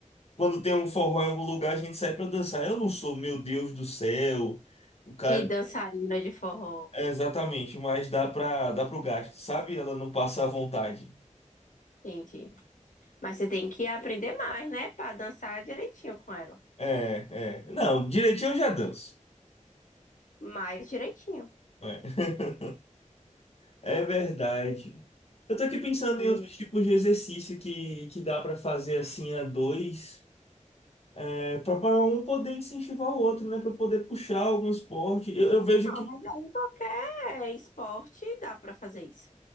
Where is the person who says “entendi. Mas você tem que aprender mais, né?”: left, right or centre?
Left